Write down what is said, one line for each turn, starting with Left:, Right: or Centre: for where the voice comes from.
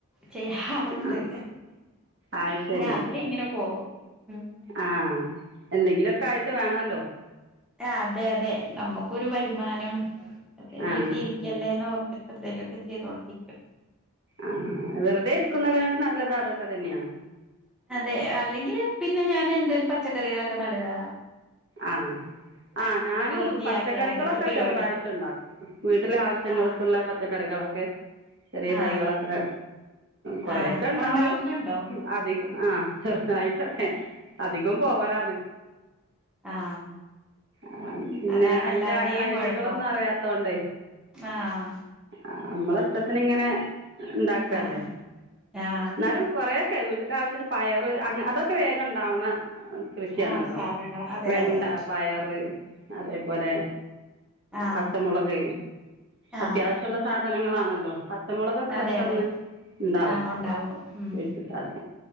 Centre: ചെയ്യാറുണ്ട്
Right: ആഹ് അത്
Centre: പിന്നെ
Right: ശരി
Centre: അതില് ഇങ്ങനെ പോകും ഉം.
Right: ആഹ് എന്തെങ്കിലുമൊക്കെ ആയിട്ട് വേണല്ലോ.
Centre: ആഹ് അതെ അതെ നമ്മക്കൊരു വരുമാനം വെറുതെ വീട്ടിരി
Right: ആഹ്
Centre: എല്ലേന്നോർറത്തിട്ടന്തേ ലൊക്കെ ചെയ്തോണ്ടരിക്കും
Right: ആഹ് ആഹ് ആഹ് വെറുതെ ഇരിക്കുന്നതിനായിട്ട് ന്നല്ല ത് അതൊക്കെ തന്നെയാണ്
Centre: അതെ അല്ലെങ്കിൽ പിന്നെ ഞാൻ എന്തേലും പച്ചക്കറികളൊക്കെ ന്നടാ
Right: ആഹ് ആഹ് ഞാനും
Centre: വൃത്തിയാക്കുക
Right: പച്ചക്കറികളൊക്കെ
Centre: ഇതൊക്കെ പരിപാടി
Right: ചെറുതായിട്ട് ണ്ടാക്കും വീട്ടിലെ ആവശ്യങ്ങൾക്
Centre: ആഹ്
Right: ള്ളെ പ പച്ചക്കറികളൊക്കെ ചെറിയ
Centre: ആഹ്
Right: തൈയ്യേളെക്കെ കൊറേക്കണ്ടാവും
Centre: ആഹ് ഉണ്ടാവുന്നുണ്ടോ
Right: അദി ആഹ് ചെറുതായിട്ടൊക്കെ അധികം പോവറാണ്
Centre: ആഹ്
Right: ആഹ് പിന്നെ
Centre: അതാണ്
Right: അയ്ന്റെ
Centre: എല്ലാവരുടെയും
Right: ഐ
Centre: കുഴപ്പം
Right: ടിയകളൊന്നും അറ്യാത്തോണ്ടേ
Centre: ആഹ്
Right: ആഹ് മ്മളെഇഷ്ട്ടത്തിനി ങ്ങനെ ണ്ടാക്ക്ല്ലേ
Centre: ആഹ് ആഹ്
Right: ന്നാലും കൊറേ ക്കെ വീട്ടിലാവശ്യത്ത് ന്പയറ് അ ങ്ങഅതൊക്കെ വേഗ ണ്ടാ വ്ണകൃഷ്വാണല്ലോ
Centre: ആഹ് സാധനങ്ങൾ അതെ
Right: വെണ്ടാ
Centre: അതെ അതെ
Right: പയറ് അതേപോലെ
Centre: ആഹ്
Right: പച്ചമൊളക്
Centre: ആഹ്
Right: അത്യാവ്യശ്യള്ള സാധനങ്ങളാണല്ലോ ച്ചമൊളകൊക്കെ
Centre: അതെ
Right: പെട്ടെന്ന്
Centre: അതെ
Right: ണ്ടാവും
Centre: ആഹ് ഉണ്ടാവും ഉം
Right: കുഴിച്ചിട്ടാടെ